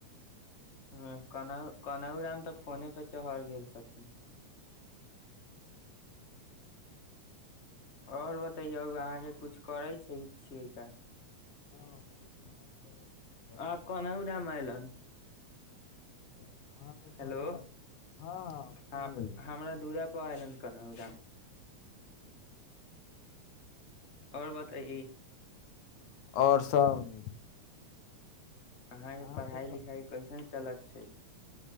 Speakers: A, on the left; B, on the left.
A: ह कोनाहु कोनहु राम तऽ फोने पे चढ़ गेल छथिन और बतैयौ अहाँके कुछु करै छै छियै क
B: हँ करै बैठल
A: आ कोन रामायलन
B: <inaudible> हँ घरे
A: हेलो
B: हय हँ हाँ सुन
A: ह
B: लेलि
A: हमरा दूरा पर अयलन कनहु राम
B: ह
A: आओर बताइए
B: आओर सब
A: अहाँ के
B: अहाँके
A: पढ़ाई
B: सब
A: लिखाई कैसन चलत छै